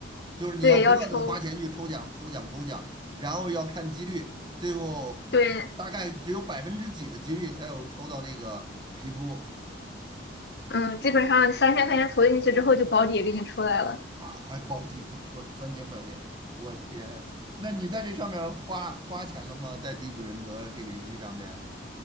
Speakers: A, on the right; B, on the left.
A: 就是你要不断的花钱去抽奖、
B: 对，要抽，
A: 抽奖、抽奖，然后要看几率，最后大概只有百分之几的几率才有抽到那个皮肤
B: 对，嗯，基本上三千块钱投进去之后就保底给你出来了。
A: 啊，还保底给出了三千块钱，我天！那你在这上面花花钱了吗？在《第五人格》这个游戏上面？